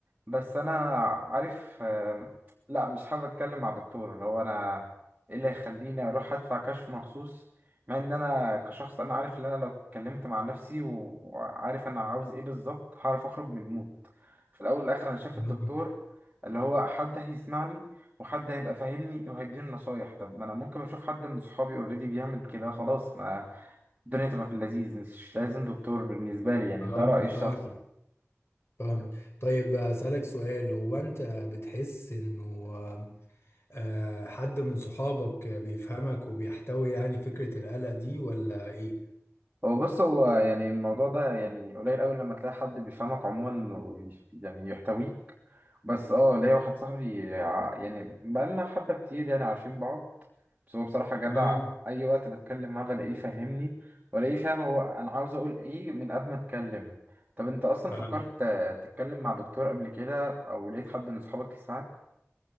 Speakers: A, on the right; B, on the left.
A: بس انا عارف آم، لا مش حابب اتكلم مع دكتور اللي هو انا ايه اللي يخليني اروح ادفع كشف مخصوص مع ان انا كشخص انا عارف ان انا لو اتكلمت مع نفسي و- وعارف انا عاوز ايه بالظبط هعرف اخرج من المود في الاول والاخر انا شايف
B: آه.
A: الدكتور اللي هو حد هيسمعني وحد هيبقى فاهمني وهيديني نصايح طب ما انا ممكن اشوف حد من صحابي اوريدي بيعمل كده خلاص ما الدنيا تبقى في اللذيذ مش لازم دكتور بالنسبة لي يعني
B: اه
A: ده رأيي الشخصي
B: فاهم فاهم طيب اسالك سؤال هو انت بتحس انه آه، حد من صحابك بيفهمك وبيحتوي يعني فكرة القلق دي ولا ايه؟
A: هو بص هو يعني الموضوع ده يعني قليل أوي لما تلاقي حد بيفهمك عموما وبي- يعني يحتويك بس اه ليا واحد صاحبي ع- يعني بقالنا حبة كتير يعني عارفين بعض بس هو بصراحة جدع
B: اه
A: أي وقت بتكلم معاه بلاقيه فاهمني ولاقيه فاهم هو أنا عاوز أقول إيه من قبل ما أتكلم طب أنت أصلا
B: فاهم
A: فكرت آه، تتكلم مع دكتور قبل كده أو لقيت حد من صحابك يسمعك؟